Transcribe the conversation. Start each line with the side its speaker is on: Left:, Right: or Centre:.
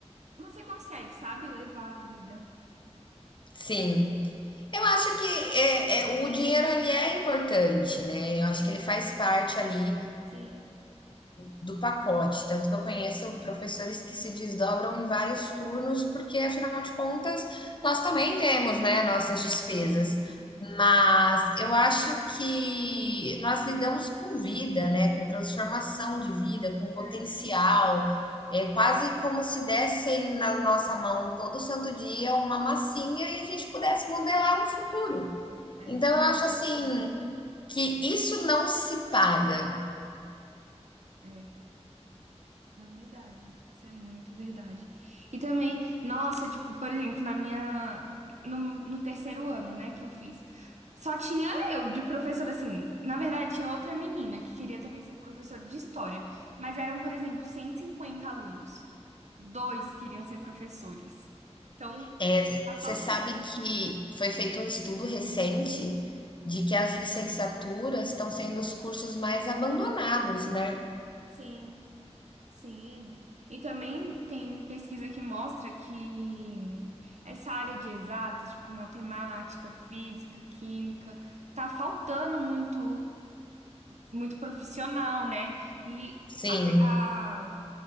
Right: você consegue, sabe, levar a vida.
Left: Sim. Eu acho que é é o dinheiro, ele é importante, né, eu acho
Right: Hum.
Left: que ele faz parte ali,
Right: Sim.
Left: do pacote. Tanto que eu conheço professores que se desdobram em vários turnos, porque afinal de contas nós também temos, né, nossas despesas.
Right: Sim,
Left: Mas eu acho que nós lidamos com vida, né, com transformação de vida, com potencial.
Right: é,
Left: É quase como se dessem na nossa mão todo santo dia uma massinha e a gente pudesse modelar um futuro.
Right: é,
Left: Então eu acho assim que isso não se paga,
Right: é, é verdade. Isso é muito verdade. E também, nossa, tipo, por exemplo, na minha, no, no terceiro ano, né, que eu fiz, só tinha eu de professora, assim, na verdade tinha outra menina que queria também ser professora de história, mas eram, por exemplo, 150 alunos. Dois queriam ser professores. Então,
Left: É,
Right: tá faltando.
Left: você sabe que foi feito um estudo recente de que as licenciaturas estão sendo os cursos mais abandonados, né?
Right: Sim. Sim, e também tem pesquisa que mostra que essa área de exatas, tipo matemática, física, química, tá faltando muito, muito profissional, né? E
Left: Sim.
Right: a- a-